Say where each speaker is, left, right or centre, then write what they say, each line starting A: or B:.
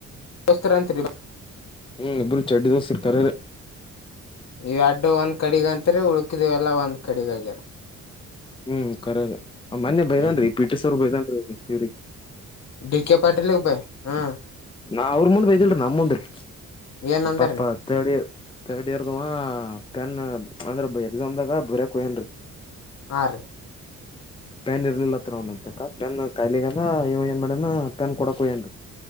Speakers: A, on the left; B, on the left.
A: ವಸ್ತ್ರರಾಂತರಿ
B: ಹ್ಮ್ ಇಬ್ರು ಚಡ್ಿದೋಸ್ ಇರ್ತಾರೆ
A: ಇ ಎಡು ಒಂದ್ ಕಡಿಗ ಅಂತರಿ ಉಳ್ಕಿದೇವಲ್ಲ ಒಂದ್ ಕಡಿಗಗ್ಯ
B: ಹ್ಮ್ಖರ ಮೊೆ ಬೈದನ್ೀ
A: ಹ್ಮ್
B: ಪಿಟಿಸ್ ಅವರು ಬೈದನ್ರಿ ಸ ಸರಿ
A: ಡಿಿಕ ಪ್ಟಿ ಇಿಬೇಕ ಹ್ಮ
B: ನಾ ಅವ್ರ ಮುಂದ್ ಬಯದಿಲ್ರಿ ನಮ್ ಮುಂದ್ರರಿ
A: ಏನ್ ಅಂದಾರ್ರೀ
B: ಪಾಪ ತಳಿ ರ್ಡ್ ಇಯರ್ದುವ ನ್ ಅಂದ್ರ ಎಕ್ಸಾಮ ದಾಗ ಬರ್ಯಕ್ ಹಯನ್ೀ <inaudible>
A: ಹ
B: ಪ್ಯಾನ್ ಇರ್ಲಿಲ್ಲತ್ರ ಒ ಅಂತ ಪ್ಯಾನ್ ಕಾಯಿಲಿಗ ಇವ ಏನ್ ಮಾಡ್ಯನ ಪ್ಯಾನ್ ಕೊಡಕ್ ಹಯ್ಯನ್